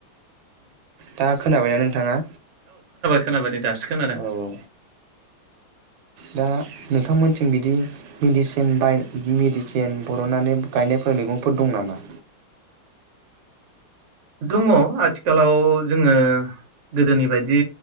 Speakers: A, on the right; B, on the right.
A: दा खोनाबायना नोंथाङा?
B: खोनाबायदे दासो खोनादों।
A: औ औ दा नोंथांमोनथिं बिदि मेडिसिन बाय मेडिसिन बरननानै गायनायफोर मैगंफोर दं नामा?
B: दङ आथिखालाव जोङो गोदोनि बायदि